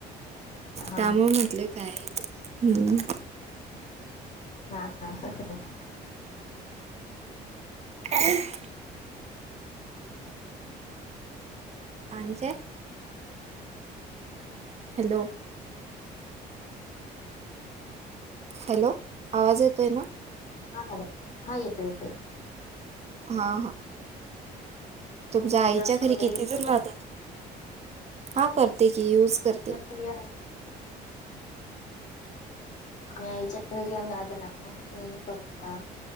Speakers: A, on the left (about 45°); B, on the right (about 40°).
A: हा
B: त्यामुळ म्हटल काय हम्म
A: हा हा. <unintelligible>
B: <unintelligible> आणि काय? हॅलो. हॅलो आवाज येतो आहे ना?
A: हा हॅलो हा येतोय येतोय.
B: हा हा. तुमच्या
A: तुम्ही इंस्टाग्राम
B: आईच्या घरी
A: वगैरे
B: किती
A: यूज
B: जण
A: कर
B: राहता तुम्ही हा करते की यूज करते.
A: <unintelligible> मी आईच्या घरी आम्ही दहा जण <unintelligible> मी पप्पा